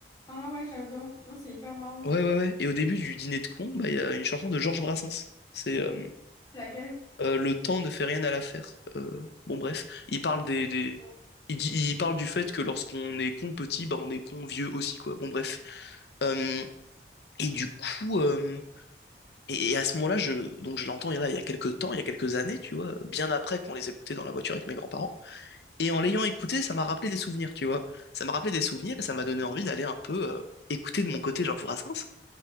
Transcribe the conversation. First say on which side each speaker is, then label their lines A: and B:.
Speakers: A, on the left; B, on the left.
A: Ah ouais, j'adore. Non, c'est hyper marrant.
B: Ouais, ouais, ouais. Et au début du dîner de con, bah, il y a une chanson de Georges Brassens. C'est euh,
A: C'est Laquelle?
B: euh, Le temps ne fait rien à l'affaire. Euh, bon, bref. Il parle
A: Ah,
B: des,
A: ça,
B: des-
A: c'est sûr.
B: Il dit- il parle du fait que lorsqu'on est con petit, bah, on est con vieux aussi, quoi. Bon, bref. Euh, et du coup. euh, Et et à ce moment-là, je, donc je l'entends il y en a, il y a quelques temps, il y a quelques années, tu vois, bien après qu'on les écoutait dans la voiture avec mes grands-parents. Et en l'ayant écouté, ça m'a rappelé des souvenirs, tu vois. Ça m'a rappelé des souvenirs et ça m'a donné envie d'aller un peu euh, écouter de mon côté Georges Brassens.